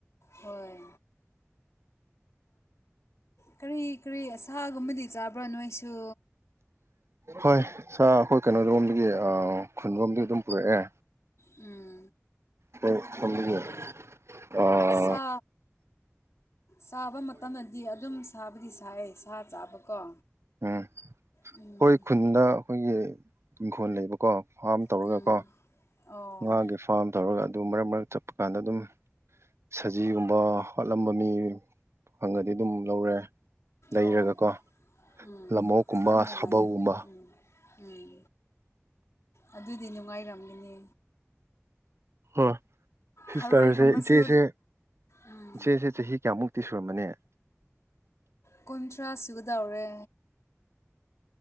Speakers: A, on the left (about 70°); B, on the right (about 60°).
A: ꯍꯣꯏ ꯀꯔꯤ ꯀꯔꯤ ꯑ ꯁꯥꯥꯒꯨꯝꯕꯗꯤ ꯆꯥꯕ꯭ꯔꯣ ꯅꯣꯏꯁꯨ
B: ꯍꯣꯏ ꯁꯥꯔ ꯑꯩꯈꯣꯏ ꯀꯩꯅꯣꯔꯣꯝꯗꯒꯤ ꯈꯨꯟꯔꯣꯝꯗꯒꯤ ꯑꯗꯨꯝ ꯄꯨꯔꯛꯑꯦ
A: ꯎꯝ
B: ꯊꯦ ꯑ
A: ꯁꯥ ꯁꯥꯕ ꯃꯇꯝꯗꯗꯤ ꯑꯗꯨꯝ ꯁꯥꯕꯨꯗꯤ ꯁꯥꯏ ꯁꯥ ꯆꯥꯕꯀꯣ
B: ꯎꯝ
A: ꯎꯝ
B: ꯍꯣꯏ ꯈꯨꯟꯗ ꯑꯩꯈꯣꯏꯒꯤ ꯏꯪꯈꯣꯜ ꯂꯩꯕꯀꯣ ꯐꯥꯝ ꯇꯧꯔꯒꯀꯣ
A: ꯎꯝ ꯑꯣ
B: ꯉꯥꯒꯤ ꯐꯥꯝ ꯇꯧꯔꯒ ꯑꯗꯨ ꯃꯔꯛ ꯃꯔꯛ ꯆꯠꯄ ꯀꯥꯟꯗ ꯑꯗꯨꯝ ꯁꯖꯤꯒꯨꯝꯕ ꯐꯠꯂꯝꯕ ꯃꯤ ꯐꯪꯉꯗꯤ ꯑꯗꯨꯝ ꯂꯧꯔꯦ ꯂꯩꯔꯒꯀꯣ
A: ꯑꯣ ꯎꯝ
B: ꯂꯝꯑꯣꯛꯀꯨꯝꯕ
A: ꯌꯥꯝ ꯅꯨꯡꯉꯥꯏꯌꯦ
B: ꯁꯥꯕꯧꯒꯨꯝꯕ
A: ꯎꯝ ꯎꯝ ꯑꯗꯨꯗꯤ ꯅꯨꯡꯉꯥꯏꯔꯝꯒꯅꯤ
B: ꯍꯣꯏ ꯁꯤꯁꯇꯔꯁꯦ
A: ꯊꯔꯣꯏꯒꯨꯝꯕꯁꯨ
B: ꯏꯆꯦꯁꯦ
A: ꯎꯝ
B: ꯏꯆꯦꯁꯦ ꯆꯍꯤ ꯀꯌꯥꯃꯨꯛ ꯇꯤ ꯁꯣꯔꯃꯅꯦ
A: ꯀꯨꯟꯊ꯭ꯔꯥ ꯁꯨꯒꯗꯎꯔꯦ